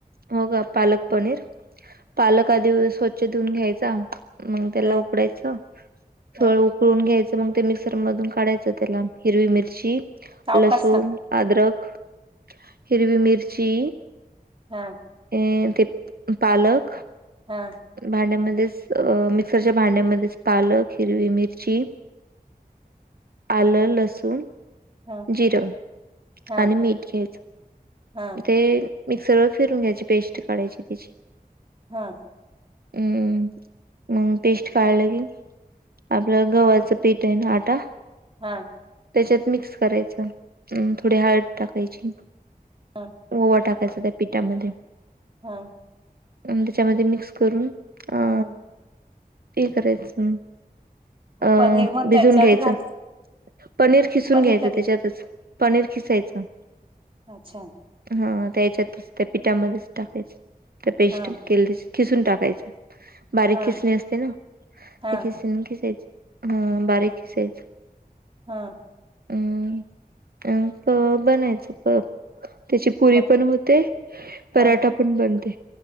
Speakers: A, on the right; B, on the right.
A: हो का पालक पनीर पालक आधी स्वच्छ देऊन घ्यायचा मग त्याला
B: ह
A: उकडायचं
B: हं
A: थोडं. उकळून घ्यायचं मग ते मिक्सर मधून काढायचं त्याला हिरवी मिरची
B: सावकाश
A: लसूण
B: सांग.
A: अदरक हिरवी मिरची
B: हा.
A: अ ते पालक
B: हा.
A: भांड्यामध्येच अ मिक्सरच्या भांड्यामध्येच पालक हिरवी मिरची आलं लसूण
B: हं
A: जिरं
B: हं
A: आणि मीठ घ्यायचं.
B: हं
A: ते मिक्सर वर फिरून घ्यायची पेस्ट काढायची त्याची.
B: हा.
A: हम्म मग पेस्ट काढलं लागेल आपलं गव्हाचं पीठ. तेन आटा.
B: हा.
A: त्याच्यातं मिक्स करायचं अ - थोडी हाळद टाकायची.
B: हां.
A: ओवा टाकायचा त्या पिठामध्ये.
B: हा.
A: त्याच्यामध्ये मिक्स करून हं.
B: <unintelligible>
A: ते करायचं. अं
B: पनीर मग
A: भिजून
B: त्याच्यात
A: घ्यायचं
B: घाल
A: पनीर खिसून
B: पनीर
A: घ्यायचं
B: कधी
A: त्याच्यातचं. पनीर खिसायचं.
B: अच्छा,
A: हा त्या हच्यातच त्या पिठामध्येच टाकायच त्या पेस्ट
B: हं
A: केले त्याची. खिसून टाकायच बारीक
B: हं
A: खिसणी असते ना
B: हं
A: ते खिसणी- खिसायची ह. बारीक
B: हं
A: किसायचं.
B: हं
A: अम् अ प बनायचं पप त्याची पुरी
B: मग
A: पण होते. पराठा
B: हं
A: पण बनते